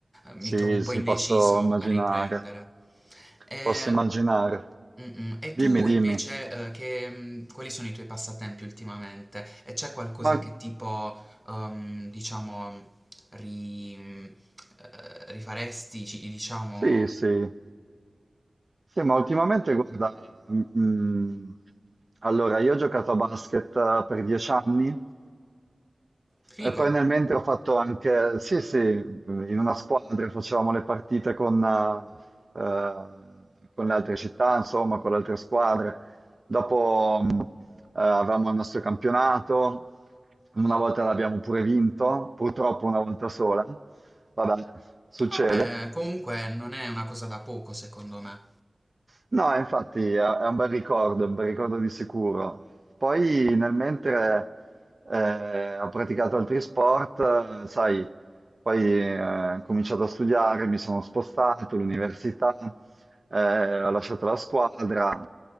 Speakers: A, in the centre; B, on the right (about 40°).
A: mi
B: Sì,
A: trovo un po'
B: sì,
A: indeciso
B: posso immaginare,
A: a riprendere. Ho E-
B: posso immaginare.
A: capito. Mm-mm. E
B: Dimmi,
A: tu
B: dimmi,
A: invece, eh, che, mm, quali sono i tuoi passatempi ultimamente? E c'è qualcosa
B: ma
A: che tipo, ehm, diciamo, ri- eh, rifaresti, ci- diciamo,
B: sì, sì, sì, ma ultimamente guarda, mm, mm, allora io ho giocato a basket eh, per dieci anni
A: figo?
B: E poi nel mentre ho fatto anche, sì, sì, in una squadra facevamo le partite con, eh, eh, con le altre città, insomma, con le altre squadre. Dopo mh, eh, avevamo il nostro campionato, una volta l'abbiamo pure vinto, purtroppo una volta sola, vabbè, succede.
A: Vabbè, comunque non è una cosa da poco, secondo me.
B: No, infatti è è un bel ricordo, un bel ricordo di sicuro. Poi nel mentre eh, ho praticato altri sport, eh, sai, poi eh, ho cominciato a studiare, mi sono spostato all'università, eh, ho lasciato la squadra,